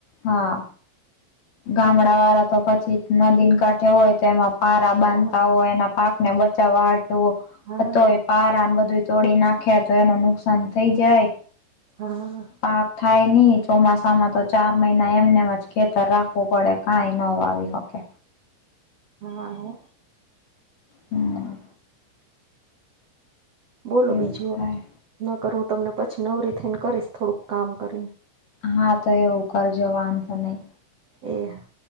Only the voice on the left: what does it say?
હા, ગામડાવાળા તો પછી નદીન કાંઠે હોય તો એમાં પારા બાંધતા
હોય એના પાકને બચાવવા હાટુ પણ
તોય પારાન બધું તોડી નાખે તો એનું નુકસાન થઈ જાય.
પાક થાય ની ચોમાસામાં તો ચાર મહિના એમને એમ જ ખેતર રાખવું પડે કાઈ નો વાવી હકે.
હમ્મ.
એવું
થાય
હા તો એવું કરજો વાંધો તો નહીં.